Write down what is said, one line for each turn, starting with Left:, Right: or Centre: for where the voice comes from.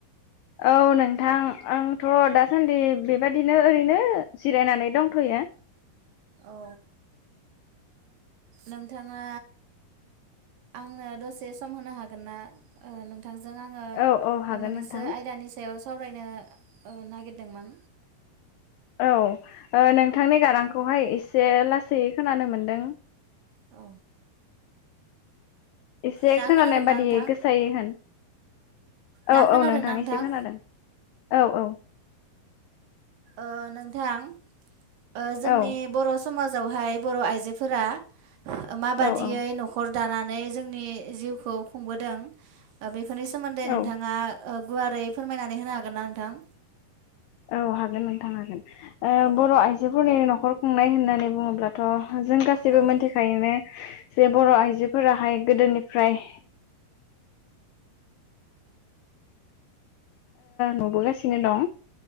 Left: औ नोंथां आंथ दासान्दि बेबादिनो ओरैनो जिरायनानै दंथयो।
Right: औ नोंथाङा आंनो दसे सम होनो हागोन ना नोंथां। नोंजों आङो
Left: औ औ हागोन
Right: मोनैसो
Left: नोंथां
Right: आयदानि सायाव साव। सावरायनो नागिरदोंमोन।
Left: औ नोंथांनि गारांखौहाय एसे लासै खोनानो मोनदों।
Right: औ
Left: एसे
Right: दा
Left: खोनानाय
Right: खोनादोंना
Left: बादियै
Right: नोंथां
Left: गोसायै होन। औ-औ
Right: दा खोनादोंना
Left: नोंथाङ
Right: नोंथां
Left: एसे खोनादों औ-औ
Right: ओ नोंथां ओ जोंनि
Left: औ
Right: बर' समाजावहाय बर' आइजोफोरा। मा बादियै
Left: औ औ
Right: नखर दानानै जोंनि जिउखौ खुंबोदों। ओ बेफोरनि सोमोन्दै नोंथाङा
Left: औ
Right: ओ। गुवारै फोरमायनानै होनो हागोनना नोंथां?
Left: औ हागोन नोंथां हागोन।
Right: औ
Left: बर' आइजोफोरनि न' खर खुंनाय होननानै बुङोब्लाथ' जों गासैबो
Right: औ
Left: मोनथिखायोनो जे बर' आइजोफोराहाय गोदोनिफ्राय नुबोगासिनो दं